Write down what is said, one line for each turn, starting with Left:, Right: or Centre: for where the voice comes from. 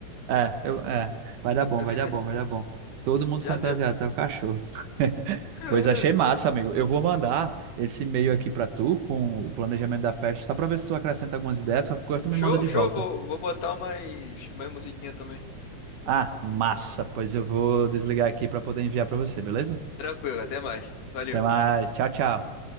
Right: É, eu, é, vai dar bom,
Left: <laughs>
Right: vai dar bom, vai dar bom. Todo mundo
Left: Já
Right: fantasiado,
Left: deu.
Right: até o cachorro. <laughs>
Left: <laughs>
Right: Pois achei massa, amigo. Eu vou mandar esse e-mail aqui pra tu com o planejamento da festa, só pra ver se tu acrescenta algumas ideias, qualquer coisa tu me
Left: Show,
Right: manda de
Left: show.
Right: volta.
Left: Vou, vou botar umas, umas musiquinhas também.
Right: Ah, massa. Pois eu vou desligar aqui pra poder enviar pra você, beleza?
Left: Tranquilo, até mais. Valeu.
Right: Até mais. Tchau, tchau.